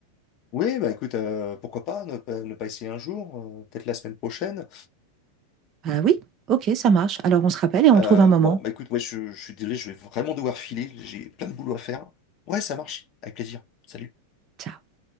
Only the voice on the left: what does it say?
Oui, bah écoute, euh, pourquoi pas ne, pas ne pas essayer un jour, euh, peut-être la semaine prochaine.
Euh,
bon, bah écoute, ouais, je, je suis désolé, je vais vraiment devoir filer, j'ai plein de boulot à faire. Ouais, ça marche, avec plaisir. Salut.